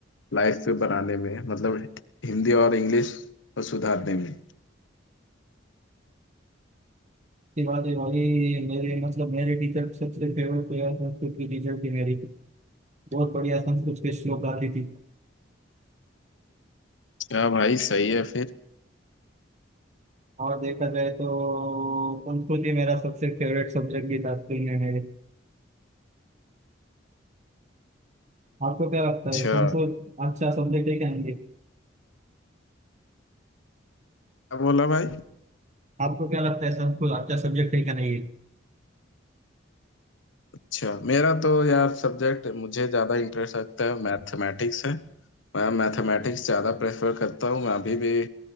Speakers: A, on the left; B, on the right.
A: लाइफ पे बनाने में मतलब हिंदी और इंग्लिश को सुधारने में
B: की बात है भाई मेरे मतलब मेरे टीचर सबसे फेवरेट प्लेयर संस्कृत की टीचर थी मेरी बहुत बढ़िया संस्कृत के श्लोक गाती थी
A: क्या भाई सही है फिर
B: और देखा जाए तो संस्कृत ही मेरा सबसे फेवरेट सब्जेक्ट भी था स्कूल में मेरे आपको क्या लगता
A: अच्छा
B: है संस्कृत अच्छा सब्जेक्ट है क्या नहीं है?
A: क्या बोला भाई
B: आपको क्या लगता है संस्कृत अच्छा सब्जेक्ट है क्या नहीं है
A: अच्छा मेरा तो यार सब्जेक्ट मुझे ज्यादा इंटरेस्ट लगता है मैथमेटिक्स है मैं मैथमेटिक्स ज्यादा प्रेफर करता हूँ मैं अभी भी